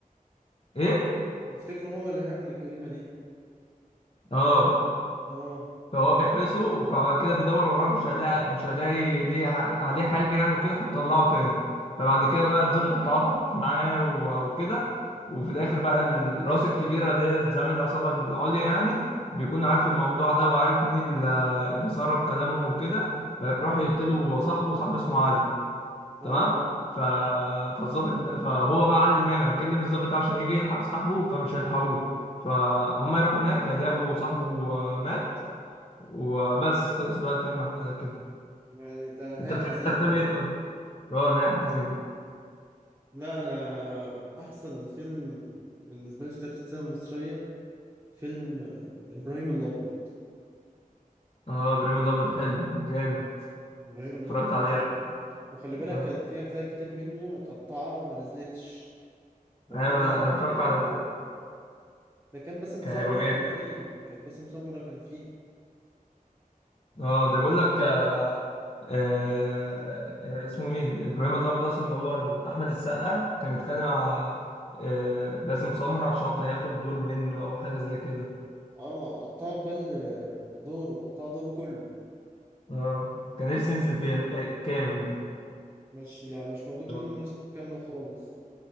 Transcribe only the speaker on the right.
بيفتكروا هو اللي هيعمل الجريمة دي
اه
اه
اه
يعني ده نهاية
حزينة
يعني
لا أنا أحسن فيلم بالنسبة لي في تاريخ السينما المصرية فيلم آه، إبراهيم الأبيض
إبراهيم
الأبيض
يس- وخلي بالك
كان في أجزاء كتير منه متقطعة وما نزلتش لو
كان
نزل
كامل
ده كان باسم
سمرة
كان فيه كان باسم سمرة كان
فيه
اه ما قطعوا كل دوره قطعوا دوره كله
مش يعني مش موجود منه
النسخ كاملة خالص